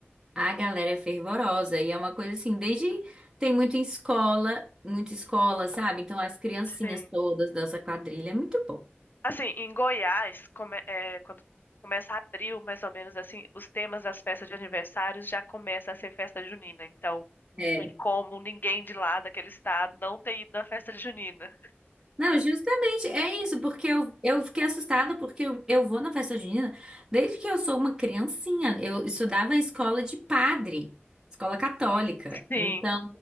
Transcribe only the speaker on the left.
Sim.
Assim, em Goiás, come- é, quando começa abril, mais ou menos assim, os temas das festas de aniversário já começa a ser festa junina. Então, não
tem como ninguém de lá daquele estado não ter ido na festa junina.
Sim.